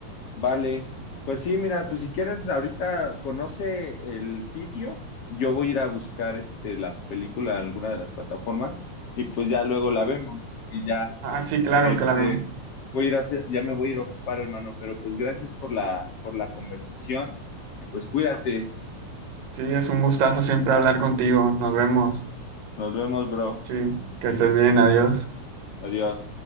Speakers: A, on the left; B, on the right.
A: Vale, pues sí, mira, pues si quieres ahorita conoce el sitio, yo voy a ir a buscar este, la película en alguna de las plataformas y pues ya luego la vemos, ¿no? Y ya.
B: Ah, sí, claro,
A: Este,
B: claro.
A: voy a ir a hacer, ya me voy a ir a ocupar, hermano, pero pues gracias por la, por la conversación y pues cuídate.
B: Sí, es un gustazo siempre hablar contigo. Nos vemos.
A: Nos vemos, bro.
B: Sí, que estés bien, adiós.
A: Adiós.